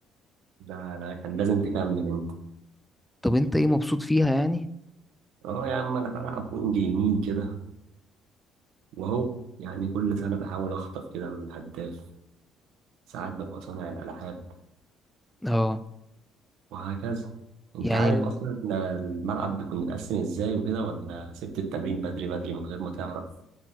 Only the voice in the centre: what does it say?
طب انت ايه مبسوط فيها يعني
اه
يعني
ال...